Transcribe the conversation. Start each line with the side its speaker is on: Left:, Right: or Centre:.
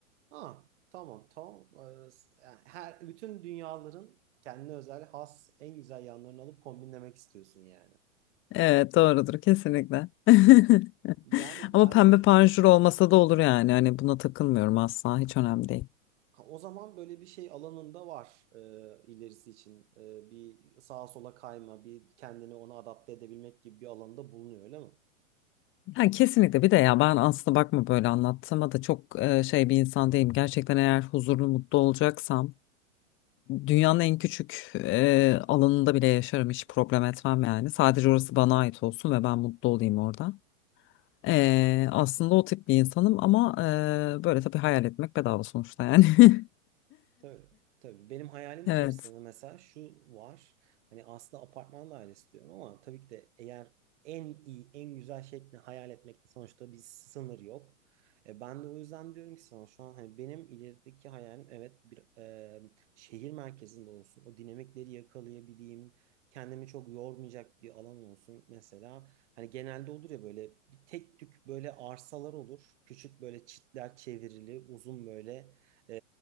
Right: Ha, tamam tamam. Ee, s- yani her bütün dünyaların kendine özel has en güzel yanlarını alıp kombinlemek istiyorsun yani.
Left: Evet, doğrudur kesinlikle. <laughs>
Right: Yani
Left: Ama
Right: ben
Left: pembe
Right: de
Left: panjur olmasa da olur yani. Hani buna takılmıyorum asla, hiç önemli değil.
Right: ha, o zaman böyle bir şey alanında var e, ilerisi için. E, bir sağa sola kayma, bir kendini ona adapte edebilmek gibi bir alanda bulunuyor öyle mi?
Left: Ha, kesinlikle bir de ya ben aslında bakma böyle anlattığıma da çok e, şey bir insan değilim. Gerçekten eğer huzurlu mutlu olacaksam dünyanın en küçük e, alanında bile yaşarım hiç problem etmem yani. Sadece orası bana ait olsun ve ben mutlu olayım orada. E, aslında o tip bir insanım ama e, böyle tabii hayal etmek bedava sonuçta yani. <laughs>
Right: Tabii, tabii. Benim hayalim içerisinde
Left: Evet.
Right: mesela şu var. Hani aslında apartman dairesi diyorum ama tabii ki de eğer en iyi, en güzel şekli hayal etmekte sonuçta bir sınır yok. E, ben de o yüzden diyorum ki sana şu an hani benim ilerideki hayalim evet bir e, şehir merkezinde olsun. O dinamikleri yakalayabileyim. Kendimi çok yormayacak bir alan olsun. Mesela hani genelde olur ya böyle bir tek tük böyle arsalar olur. Küçük böyle çitler çevrili, uzun böyle e,